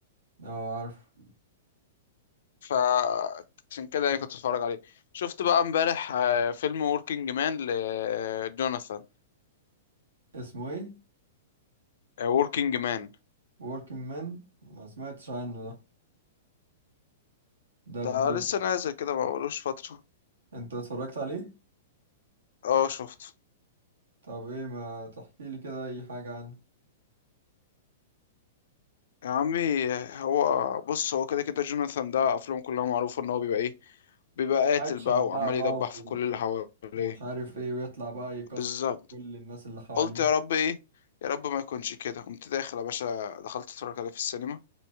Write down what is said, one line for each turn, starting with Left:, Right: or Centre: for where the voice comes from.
Right: اه عارف
Left: ف عشان كده يعني كنت اتفرج عليه شفت بقى امبارح آه، فيلم وركينج مان لجوناثان
Right: اسمه ايه
Left: وركينج مان
Right: working man ما سمعتش عنه ده ده
Left: ده
Right: بي.
Left: لسه نازل كده ما بقالوش فتره
Right: انت اتفرجت عليه
Left: اه شفته
Right: طب ايه ما تحكي لي كده اي حاجة عنه
Left: يا عمي هو بص هو كده كده جوناثان ده افلامه كلها معروفه ان هو بيبقى ايه بيبقى قاتل
Right: اكشن
Left: بقى
Right: بقى
Left: وعمال
Right: اه
Left: يدبح في
Right: و-
Left: كل اللي حواليه
Right: ومش عارف ايه ويطلع بقى يكسر
Left: بالظبط
Right: كل الناس اللي حواليه
Left: قلت يا رب ايه يا رب ما يكونش كده قمت داخل يا باشا دخلت اتفرج عليه في السينما